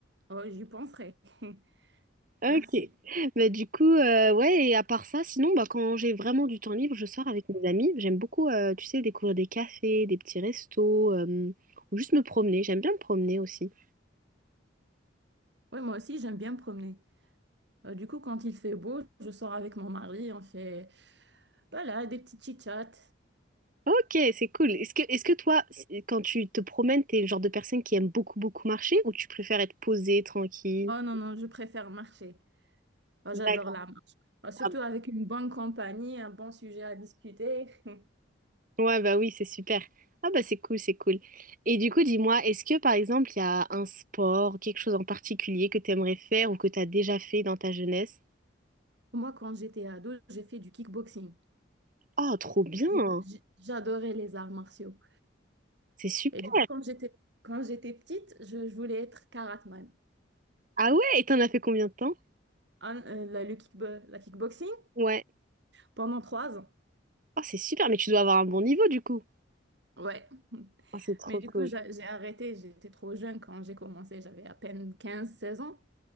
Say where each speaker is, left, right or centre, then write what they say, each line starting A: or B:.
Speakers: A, on the right; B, on the right.
A: Oh, j'y penserai. <laughs>
B: Ok.
A: Merci.
B: Bah du coup, euh, ouais. Et à part ça, sinon, bah quand j'ai vraiment du temps libre, je sors avec mes amis. J'aime beaucoup, euh, tu sais, découvrir des cafés, des petits restos, euh, ou juste me promener. J'aime bien me promener aussi.
A: Oui, moi aussi, j'aime bien me promener. Euh, du coup, quand il fait beau, je sors avec mon mari, on fait, voilà, des petits chit-chats.
B: Ok, c'est cool. Est-ce que, est-ce que toi, c- quand tu te promènes, t'es le genre de personne qui aime beaucoup, beaucoup marcher ou tu préfères être posée, tranquille?
A: Oh non, non, je préfère marcher. Oh,
B: D'accord.
A: j'adore la marche. Oh, surtout
B: Ah bah-
A: avec une bonne compagnie, un bon sujet à discuter. <laughs>
B: Ouais, bah oui, c'est super. Ah bah c'est cool, c'est cool. Et du coup, dis-moi, est-ce que par exemple, il y a un sport, quelque chose en particulier que tu aimerais faire ou que tu as déjà fait dans ta jeunesse?
A: Moi, quand j'étais ado, j'ai fait du kickboxing.
B: Oh, trop bien!
A: J'ai- j'ai- J'adorais les arts martiaux.
B: C'est super!
A: Et du coup, quand j'étais quand j'étais petite, je, je voulais être karateman.
B: Ah ouais, et t'en as fait combien de temps?
A: Un- euh, la, le kick, la kickboxing
B: Ouais.
A: pendant trois ans.
B: Oh, c'est super, mais tu dois avoir un bon niveau du coup.
A: Ouais. <laughs>
B: Oh, c'est trop
A: Mais du
B: cool.
A: coup, j'a- j'ai arrêté. J'étais trop jeune quand j'ai commencé. J'avais à peine quinze seize ans.